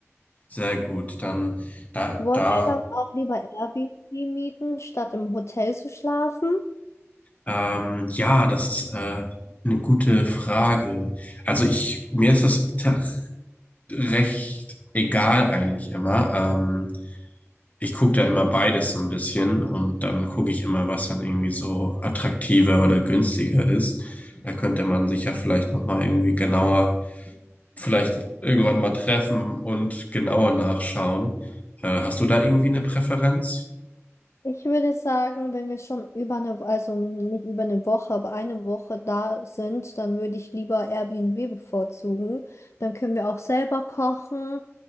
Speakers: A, on the left; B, on the left.
A: Sehr gut. Dann da,
B: wollen
A: da
B: wir dann auch lieber Airbnb mieten, statt im Hotel zu schlafen?
A: ähm, ja, das ist äh, eine gute Frage. Also ich, mir ist das ta- recht egal eigentlich immer. Ähm, ich gucke da immer beides so ein bisschen und dann gucke ich immer, was dann irgendwie so attraktiver oder günstiger ist. Da könnte man sich ja vielleicht nochmal irgendwie genauer, vielleicht irgendwann mal treffen und genauer nachschauen. Äh, hast du da irgendwie eine Präferenz?
B: Ich würde sagen, wenn wir schon über eine, also nicht über eine Woche, aber eine Woche da sind, dann würde ich lieber Airbnb bevorzugen. Dann können wir auch selber kochen